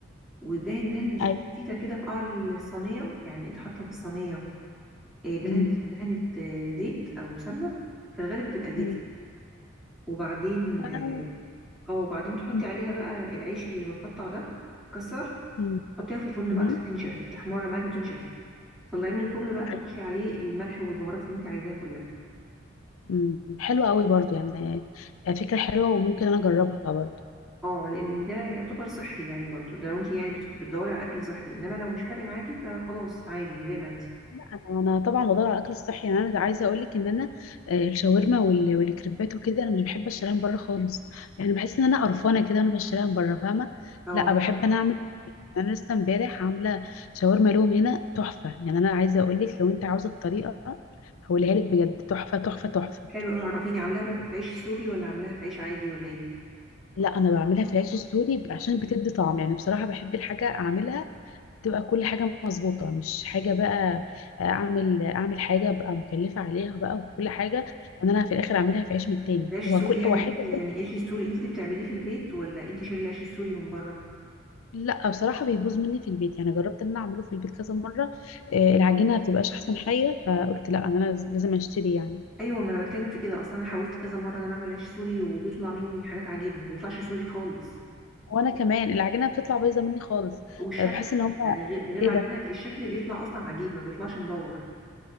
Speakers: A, in the centre; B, on the left.
A: ودهن دهن زيت
B: اي
A: خفيفة كده في قعر الصينية يعني انت حاطة في الصينية آه، دهنة
B: امم
A: دهنة آه، زيت أو سمنة في الغالب بتبقى زيتي
B: امم
A: وبعدين
B: آه،
A: اه آه، وبعدين تحطي
B: أمم،
A: عليها بقى العيش اللي متقطع ده كسر
B: أمم،
A: تحطيها في الفرن
B: أمم.
A: بقى تنشف تحمر معاكي وتنشف طلعيه من الفرن بقى ترشي
B: أي.
A: عليه الملح والبهارات اللي انت عايزاها كلها
B: أمم. حلو قوي برضو يعني آه، فكره حلوه وممكن انا اجربها برضو
A: اه لان ده يعتبر صحي يعني برضو ده لو انت يعني بت- بتدوري على اكل صحي انما لو مش فارق معاكي فخلاص عادي زي ما انت
B: انا أنا طبعا بدور على الاكل الصحي يعني انا عايزه اقول لك ان انا آه، الشاورما وال- والكريبات وكده انا مش بحب اشتريها من بره خالص يعني بحس ان انا قرفانه كده وانا بشتريها من بره فاهمه
A: اه
B: لا بحب انا اعمل انا لسه امبارح عامله شاورما لهم هنا تحفه يعني انا عايزه اقول لك لو انت عاوزه الطريقه هقولها لك بجد تحفه تحفه تحفه
A: حلو قوي عرفيني عاملاها بقى في عيش سوري ولا عاملاها في عيش عادي ولا ايه
B: لا انا بعملها في العيش السوري ب- عشان بتدي طعم يعني بصراحه بحب الحاجه اعملها تبقى كل حاجه مظبوطه مش حاجه بقى اعمل اعمل حاجه ابقى مكلفه عليها بقى وكل حاجه وان انا في الاخر اعملها في عيش من التاني
A: العيش
B: هو
A: السوري
B: كل
A: يعني
B: هو حلو
A: انت
B: وكل
A: يعني العيش السوري انت اللي بتعمليه في البيت ولا انت شاري العيش السوري من بره
B: لا بصراحه بيبوظ مني في البيت يعني جربت ان انا اعمله في البيت كذا مره آه، العجينه ما بتبقاش احسن حاجه فقلت لا انا لاز- لازم اشتري يعني
A: ايوه ما انا بتكلم في كده اصلا انا حاولت كذا مره ان انا اعمل عيش سوري وبيطلع مني حاجات عجيبه ما بيطلعش سوري خالص
B: وانا كمان العجينه بتطلع بايظه مني خالص
A: والشكل
B: آه، بحس ان هم
A: يعني غير غير العجينه
B: ايه ده
A: الشكل بيطلع اصلا عجيب ما بيطلعش مدور